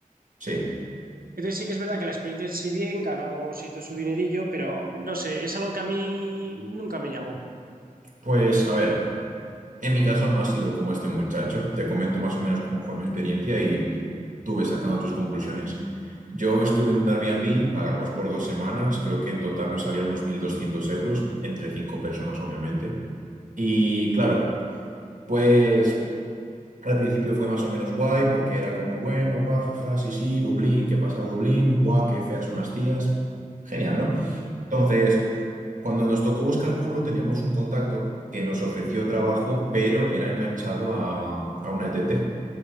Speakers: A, on the right; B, on the right.
A: Sí.
B: Entonces sí que es verdad que la experiencia si bien ganó, se hizo su dinerillo, pero no sé, es algo que a mí nunca me llamó.
A: Pues a ver, en mi caso no ha sido como este muchacho. Te comento más o menos cómo fue mi experiencia y tú ves sacando tus conclusiones. Yo estuve en un Airbnb, pagamos por dos semanas, creo que en total nos salieron unos 1.200 euros, entre cinco personas obviamente. Y claro, pues al principio fue más o menos guay porque era como, bueno, guau, jaja, sí, sí, Dublín, ¿qué pasa Dublín? Guau, qué feas son las tías. Genial, ¿no?
B: <laughs>
A: Entonces, cuando nos tocó buscar curro, teníamos un contacto que nos ofreció trabajo, pero era enganchado a, a una E T T.